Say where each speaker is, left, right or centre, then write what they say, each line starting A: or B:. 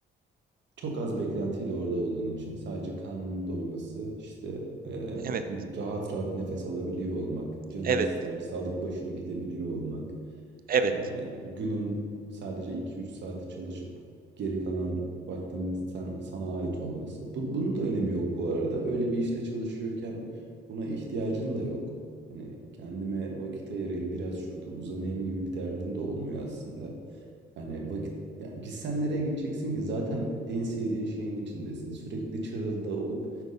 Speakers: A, on the right (about 65°); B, on the right (about 50°).
A: Çok az beklentiyle orada olduğun için sadece karnının doyması, işte eee,
B: Evet,
A: rahat rahat nefes alabiliyor olmak, canın
B: evet,
A: isterse alıp başını gidebiliyor olmak,
B: evet,
A: eee, günün sadece iki üç saati çalışıp geri kalan vaktinin sen, sana ait olması. Bu, bunun da önemi yok bu arada. Öyle bir işte çalışıyorken buna ihtiyacın da yok. Hani kendime vakit ayırayım, biraz şurada uzanayım gibi bir derdin de olmuyor aslında. Hani vakit ya gitsen nereye gideceksin ki? Zaten en sevdiğin şeyin içindesin. Sürekli Çıralı'da olup